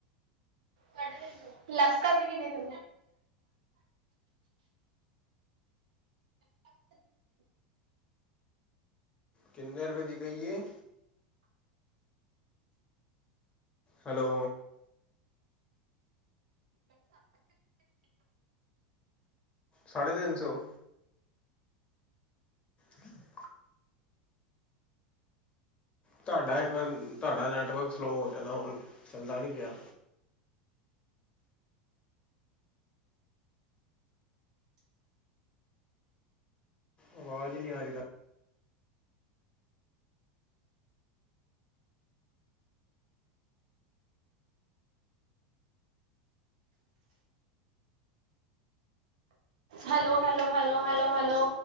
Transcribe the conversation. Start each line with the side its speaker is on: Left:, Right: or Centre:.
Right: ਸਾਡੇ ਤਿੰਨ ਸੌ ਲੈਸ ਕਰਕੇ ਕਿੰਨੇ ਦੇ।?
Left: ਕਿੰਨੇ ਰੁਪਏ ਦੀ ਕਹੀਏ। ਹੈਲੋ ਸਾਢੇ ਤਿੰਨ ਸੌ। ਨਹੀਂ <inaudible> ਤੁਹਾਡਾ ਇੱਕ ਵਾਰ ਤੁਹਾਡਾ ਨੈਟਵਰਕ ਸਲੋ ਹੋ ਗਿਆ ਤਾਂ, ਹੁਣ ਚੱਲਦਾ ਨਹੀਂ ਪਿਆ। ਆਵਾਜ਼ ਨੀ ਆ ਰੀ ਤੋ
Right: hello, hello, hello, hello, hello.